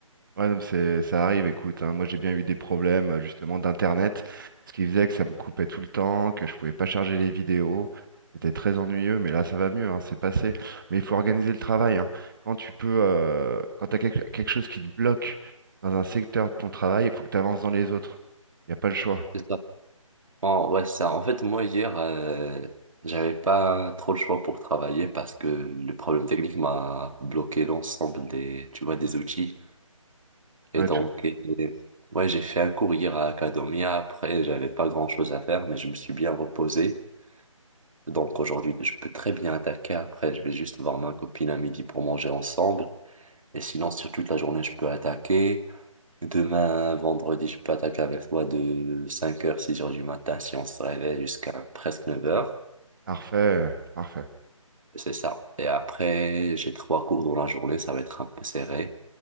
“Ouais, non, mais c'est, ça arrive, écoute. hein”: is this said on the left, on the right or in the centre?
Right